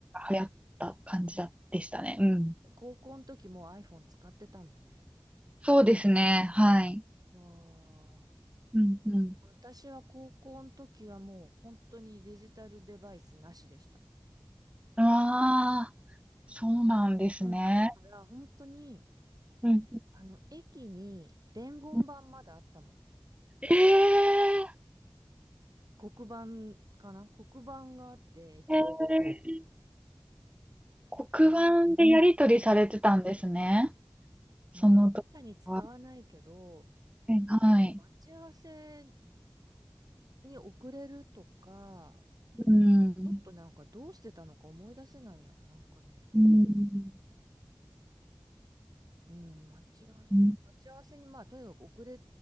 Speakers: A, on the right (about 15°); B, on the right (about 55°).
A: 流行った感じだでしたね。うん。
B: で、高校の時もう iPhone 使ってたんだね。
A: そうですね。はい。
B: わあ。
A: うんうん。
B: 私は高校の時はもう本当にデジタルデバイスなしでした。
A: ああ、そうなんですね。
B: うん。だから本当に、
A: うん
B: あの、駅に伝言板まだあったもん。
A: うん。ええ
B: 黒板かな黒板があって、駅に。
A: ええ黒板でやり取りされてたんですね。
B: そんなにまあ、
A: その時は。
B: めったに使わないけど、
A: はい。
B: でも待ち合わせに遅れるとか、
A: うん。
B: ちょっとなんかどうしてたのか思い出せないな。なんかね。
A: うん。
B: うん、待ち合わせ、
A: うん
B: もう待ち合わせに、まあ、とにかく遅れ